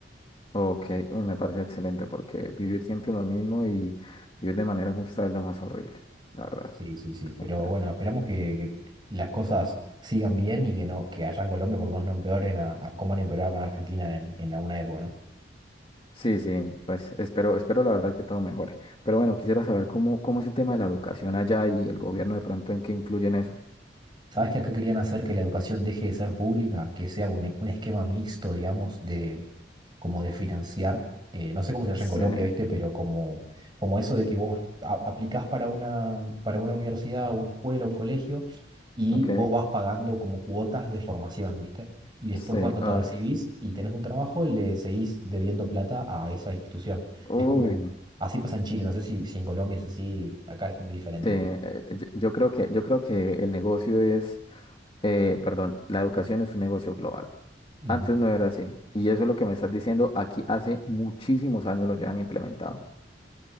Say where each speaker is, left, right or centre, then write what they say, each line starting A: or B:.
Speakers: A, on the left (about 30°); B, on the right (about 25°).
A: Ok, uy, me parece excelente porque vivir siempre lo mismo y vivir de manera justa es lo más horrible, la verdad.
B: Sí, sí, sí.
A: Te
B: Pero
A: comprendo.
B: bueno, esperamos que, que las cosas sigan bien y que no, que allá en Colombia por lo menos no empeoren a, a- como han empeorado acá en Argentina en, en alguna época, ¿no?
A: Sí, sí, pues espero, espero la verdad que todo mejore. Pero bueno, quisiera saber cómo, cómo es el tema de la educación allá y el gobierno de pronto en qué influye en eso.
B: ¿Sabes que acá querían hacer que la educación deje de ser pública, que sea un, e- un esquema mixto, digamos, como de financiar, eh, no sé cómo se llama
A: Sí,
B: en Colombia, ¿viste? Pero como, como eso de que vos a- aplicás para una, para una universidad, una escuela, un colegio, y
A: ok.
B: vos vas pagando como cuotas de formación, ¿viste? Y después
A: Sí,
B: cuando te
A: ah,
B: recibís y tenés un trabajo, le seguís debiendo plata a esa institución.
A: uy,
B: Es como, así pasa en Chile, no sé si, si en Colombia es así, acá es muy diferente
A: sí, eh,
B: igual.
A: eh, yo yo creo que, yo creo que el negocio es, eh, perdón, la educación es un negocio global.
B: Ujú,
A: Antes no era así. Y eso es lo que me estás diciendo, aquí hace muchísimos años lo llevan implementado.